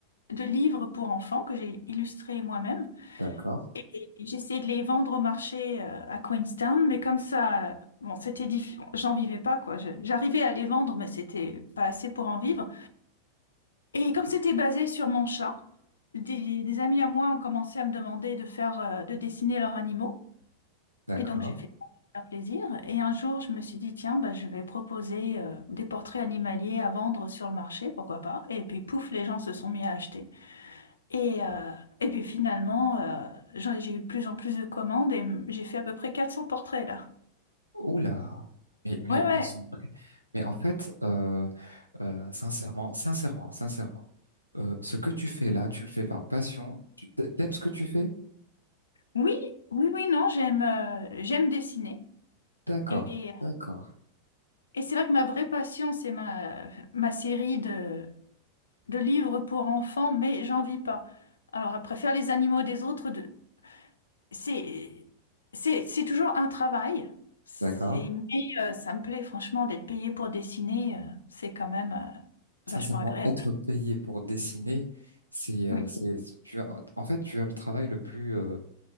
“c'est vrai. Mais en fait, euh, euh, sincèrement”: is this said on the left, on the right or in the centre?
Right